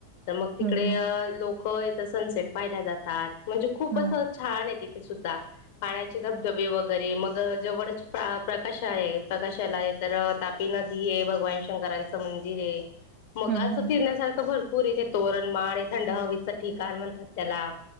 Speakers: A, on the left; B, on the right.
A: तर मग तिकडे
B: हं, हं,
A: लोक- - येतं सनसेट पाहायला जात तात. म्हणजे खूप
B: हं,
A: असं छान आहे तिथे सुद्धा पाण्याचे धबधबे वगै- - गैरे मग जवळच प्रकाश आहे प्रकाशाला आहे. तर तापी नदी आहे. भगवान शंकर च मंदिर आहे मग
B: हं,
A: असं
B: हं,
A: फिरण्यासारख
B: हं,
A: भरपूर आहे. तोरणमाळ थंड हवीचं ठिकाण म्हणतात त्याला..